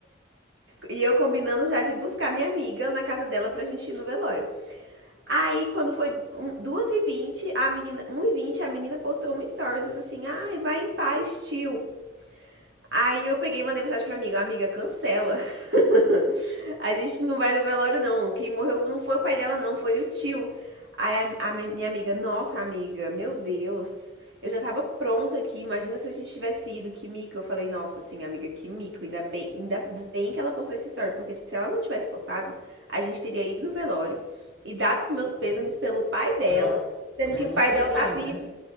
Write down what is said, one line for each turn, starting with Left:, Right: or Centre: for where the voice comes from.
Right: e eu combinando já de buscar minha amiga na casa dela pra gente ir no velório. Aí, quando foi um- 2h20, a menina, 1 e vinte a menina postou um stories assim, ai, vai em paz, tio. Aí eu peguei e mandei mensagem pra amiga, amiga, cancela. <laughs> A gente não vai no velório, não. Quem morreu não foi o pai dela, não, foi o tio. Aí a, a mi- minha amiga, nossa amiga, meu Deus, eu já tava pronta aqui. Imagina se a gente tivesse ido, que mico. Eu falei, nossa, sim, amiga, que mico. Ainda bem, ainda bem que ela postou essa história, porque se ela não tivesse postado, a gente teria ido no velório e dado os meus pêsames pelo pai dela,
Centre: pra, vo-
Right: sendo
Centre: pra
Right: que o
Centre: você
Right: pai dela
Centre: ver,
Right: tá
Centre: né?
Right: vivo.